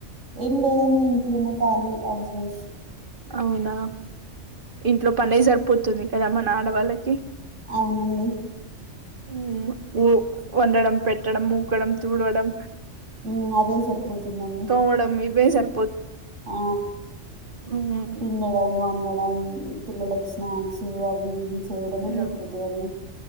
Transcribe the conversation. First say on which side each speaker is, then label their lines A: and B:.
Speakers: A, on the right (about 85°); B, on the right (about 45°).
A: ఏం లేదని ఇంట్లోనే కాళీ అవీలేష్
B: అవునా ఇంట్లో పనే సరిపోత్ తుంది కదా మన ఆడవాళ్ళకి
A: అవునండి
B: ఉమ్, ఊ వండడం పెట్టడం ఊకడం తూడవడం
A: హ్మ్ అదే సరిపోతుందండి
B: తోమడం ఇవే సార్
A: ఆ
B: ఉమ్,
A: పిండడం వండడం పిల్లలక్ స్ నాస్న్క్స్ అవి ఇవి చేయడమే
B: ఉమ్,
A: సరిపోతది అండి